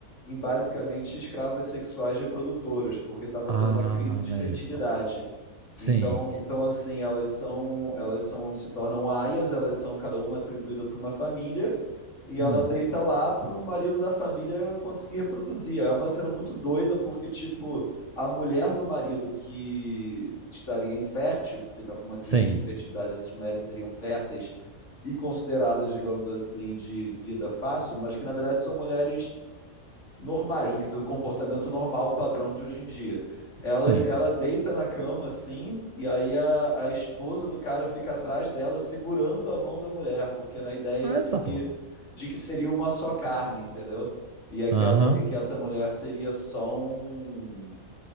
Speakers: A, on the left; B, on the right.
A: em basicamente escravas sexuais reprodutoras, porque estava
B: Ah,
A: tendo uma crise de
B: não
A: fertilidade.
B: é esse, não. Sim.
A: Então, então assim, elas são, elas são, se tornam aias, elas são cada uma atribuída para uma família, e ela
B: Hum.
A: deita lá para o marido da família conseguir reproduzir. É uma cena muito doida, porque, tipo, a mulher do marido que estaria infértil, porque está com uma crise
B: Sim.
A: de fertilidade, essas mulheres seriam férteis e consideradas, digamos assim, de vida fácil, mas que, na verdade, são mulheres normais, do, que- do comportamento normal, padrão de hoje em dia. Ela,
B: Sim.
A: ela deita na cama, assim, e aí a, a esposa do cara fica atrás dela, segurando a mão da mulher, porque na ideia
B: Ah,
A: de
B: tá,
A: que,
B: pô.
A: de que seria uma só carne, entendeu? E é que,
B: Aham.
A: a, mu- e que essa mulher seria só um,